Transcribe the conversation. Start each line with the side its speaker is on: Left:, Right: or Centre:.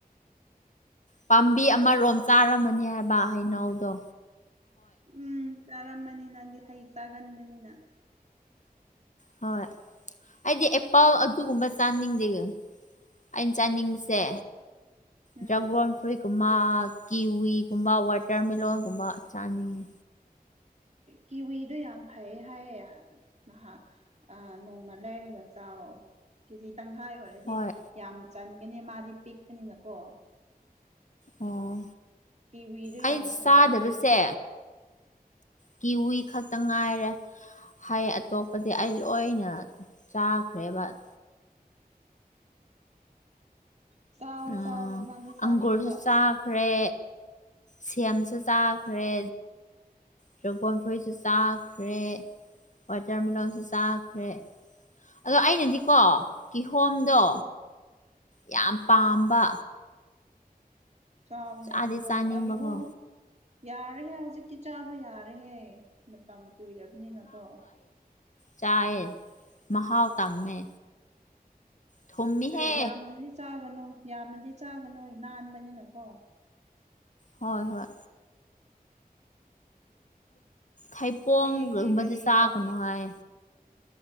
Left: ꯄꯥꯝꯕꯤ
Right: ꯍꯩꯅꯧ
Left: ꯑꯃꯔꯣꯝ
Right: ꯄꯥꯝ
Left: ꯆꯥꯔꯝꯃꯅꯤ ꯍꯥꯏꯕ ꯍꯩꯅꯎꯗꯣ
Right: ꯎꯝ ꯆꯥꯔꯝꯕꯅꯤ ꯅꯪꯗꯤ ꯍꯩ ꯆꯥꯒꯟꯕꯅꯤꯅ
Left: ꯍꯣꯏ ꯑꯩꯗꯤ ꯑꯦ ꯄꯥꯎ ꯑꯗꯨꯒꯨꯝꯕ ꯆꯥꯅꯤꯡꯗꯦ ꯑꯩꯅ ꯆꯥꯅꯤꯡꯕꯁꯦ
Right: ꯎꯝ
Left: ꯗ꯭ꯔꯥꯒꯣꯟ ꯐ꯭ꯔꯨꯏꯀꯨꯝꯕ ꯀꯤꯋꯤꯒꯨꯝꯕ ꯋꯥꯇꯔꯃꯦꯂꯣꯟꯒꯨꯝꯕ ꯆꯥꯅꯤꯡꯉꯤ
Right: ꯀꯤꯋꯤꯗꯨꯣ ꯌꯥꯝ ꯐꯩꯌꯦ ꯍꯥꯏꯌꯦ ꯅꯍꯥꯛ ꯅꯣꯡꯃ ꯂꯩꯔꯒꯁꯦ ꯆꯥꯎꯑꯣ ꯀꯖꯤ ꯇꯪꯈꯥꯏ ꯑꯣꯏꯔꯗꯤ
Left: ꯍꯣꯏ
Right: ꯌꯥꯝ ꯆꯟꯒꯅꯤ ꯃꯥꯗꯤ ꯄꯤꯛꯄꯅꯤꯅꯀꯣ
Left: ꯑꯣ
Right: ꯀꯕꯤꯖ
Left: ꯑꯩ
Right: ꯌꯥꯝꯝ ꯐꯥꯏ
Left: ꯆꯥꯗꯕꯁꯦ
Right: ꯍꯥꯏ
Left: ꯀꯤꯋꯤ ꯈꯛꯇ ꯉꯥꯏꯔꯦ ꯍꯩ ꯑꯇꯣꯞꯄꯗꯤ ꯑꯩ ꯂꯣꯏꯅ ꯆꯥꯛ ꯔꯦꯕꯠ
Right: ꯆꯥꯎ
Left: ꯑꯣ
Right: ꯆꯥꯎ ꯅꯪꯗꯤ ꯆꯥꯅꯤꯡꯕ
Left: ꯑꯪꯒꯨꯔꯁꯨ ꯆꯥꯈ꯭ꯔꯦ ꯁꯦꯝꯁꯨ ꯆꯥꯈ꯭ꯔꯦ ꯗ꯭ꯔꯒꯣꯣꯟ ꯐꯨꯔꯤꯁꯨ ꯆꯥꯈ꯭ꯔꯦ ꯋꯥꯇꯔꯃꯤꯂꯂꯣꯟꯁꯨ ꯆꯥꯈ꯭ꯔꯦ ꯑꯗꯣ ꯑꯩꯅꯗꯤꯀꯣ ꯀꯤꯍꯣꯝꯗꯣ
Right: ꯎꯝ
Left: ꯌꯥꯝ ꯄꯥꯝꯕ
Right: ꯆꯥꯎꯥꯅꯦꯍꯣ
Left: ꯆꯥꯗꯤ ꯆꯥꯅꯤꯡꯕꯀꯣ
Right: ꯑꯒꯤꯦꯍꯣꯝ ꯌꯥꯔꯦꯍꯦ ꯍꯧꯖꯤꯛꯇꯤ ꯆꯥꯕ ꯌꯥꯔꯦꯍꯦ ꯃꯇꯝ ꯀꯨꯏꯔꯕꯅꯤꯅꯀꯣ
Left: ꯆꯥꯏ ꯃꯍꯍꯥꯎ ꯇꯝꯃꯦ ꯊꯨꯝꯃꯤꯍꯦ
Right: ꯀꯔꯤ ꯌꯥꯝꯅꯗꯤ ꯆꯥꯒꯅꯣ ꯌꯥꯝꯅꯗꯤ ꯆꯥꯒꯅꯣ ꯅꯥꯟꯕꯅꯤꯅꯀꯣ
Left: ꯍꯣꯏ ꯍꯣꯏ ꯍꯩꯄꯣꯡꯒꯨꯝꯕꯁꯦ
Right: ꯍꯌꯦꯡꯗꯤ ꯀꯔꯤ
Left: ꯆꯥꯒꯅꯨ
Right: ꯃꯠ
Left: ꯍꯥꯏ